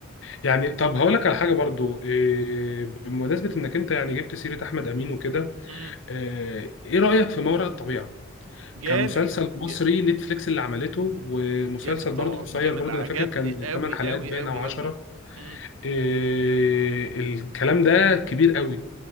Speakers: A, on the left; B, on the right.
A: يعني طب هقول لك على حاجة برضو إيه بمناسبة إنك أنت يعني جبت سيرة أحمد أمين وكده
B: امم
A: إيه إيه رأيك في ما وراء الطبيعة؟
B: جامد
A: كمسلسل مصري
B: ج-
A: نتفليكس اللي عملته ومسلسل
B: جامد طبعا
A: برضو قصير
B: جامد
A: برضو
B: عجبني
A: أنا فاكر كان
B: قوي
A: 8 حلقات
B: قوي
A: باين
B: قوي
A: أو 10
B: قوي امم
A: إيه الكلام ده كبير قوي